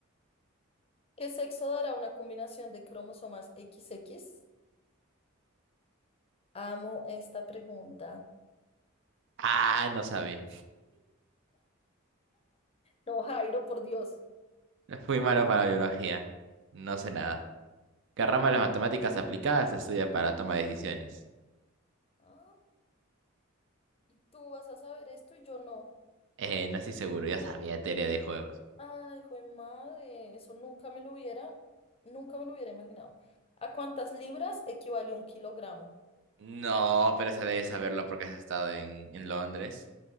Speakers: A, on the left (about 30°); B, on the right (about 60°).
A: ¿Qué sexo dará una combinación de cromosomas XX? Amo esta pregunta.
B: Ah, no sabía.
A: No, Jairo, por Dios.
B: Fui malo para la biología. No sé nada. ¿Qué rama de
A: Bueno.
B: las matemáticas aplicadas se estudia para toma de decisiones?
A: Ah, y tú vas a saber esto y yo no.
B: Eh, no estoy seguro, yo sabía de teoría de juegos.
A: Ay, jue madre, eso nunca me lo hubiera, nunca me lo hubiera imaginado. ¿A cuántas libras equivale un kilogramo?
B: No, pero se debe saberlo porque has estado en, en Londres.